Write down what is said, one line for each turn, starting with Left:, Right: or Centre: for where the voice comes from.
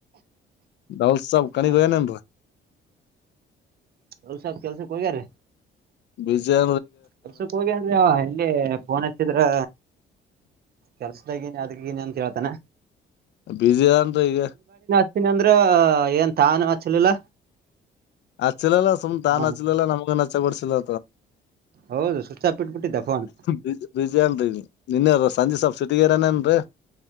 Left: ದೌಲ್ಸ ಕನಗನೆ
Right: ಹಾ ಲ್ಸಬ್ ಕೆಲ್ಸಕ್ ಹೋಗ್ಯಾರೀ
Left: ವಿಜಯ
Right: ವರ್ಷಕ್ ಹೋಗಿ ಅಂದ್ರೆ ಹೆಗೆ ಫೋನ್ ಚತ್ರರ ಕೆಲ್ಸದಾಗ ಏ ಅದಕ್ಕ ಏನ ಅಂತ ಹೇತಾನೆ
Left: ಬಸಿ ಅದನ್ರಿ ಈಗ
Right: ಹತಿನಿ ಅಂದ್ರ ಏನ್ ತಾನ ಹಚ್ಚಲಿಲ್ಲ
Left: ಅಚ್ಚಲಲ್ಲ ಸುಮ ತಾನನ್
Right: ಅವ್ನು.
Left: ಅಚ್ಚಲಲ್ಲ ನಮಗೆ ನ ಬಡ್ಸಿಲ್ಲ
Right: ಹೌದು ಸ್ವಿಚ್ ಆಫ್ ಇಟ್ಬಿಟ್ಟಿದ್ದ ಫೋನ್
Left: ಬಿಜ ಬಿಜಿ ಏನ್ರಿ ನಿನ್ನಯ ಸಂಜೆ ಸ್ವಲ್ಪ ಸುಟಿಗರನೇನ್ರರಿ